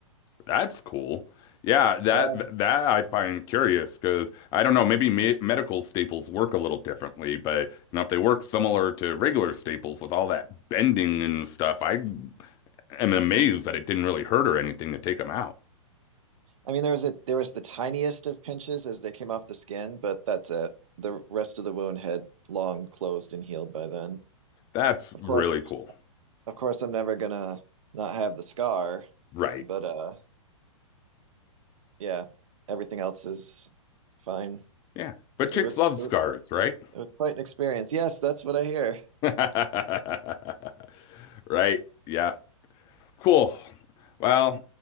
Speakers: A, on the left (about 20°); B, on the right (about 70°).
A: That's cool. Yeah, that
B: Yeah.
A: that I find curious because I don't know, maybe me medical staples work a little differently, but you know, if they work similar to regular staples with all that bending and stuff, I am amazed that it didn't really hurt or anything to take them out.
B: I mean, there was a there was the tiniest of pinches as they came off the skin, but that's it. The rest of the wound had long closed and healed by then.
A: That's
B: Of
A: really
B: course.
A: cool.
B: of course I'm never gonna not have the scar,
A: Right.
B: but uh yeah, everything else is fine.
A: Yeah. But chicks
B: It was
A: love
B: it
A: scars,
B: was
A: right?
B: it was quite an experience. Yes, that's what I hear.
A: <laughs> Right. Yeah. Cool. Well,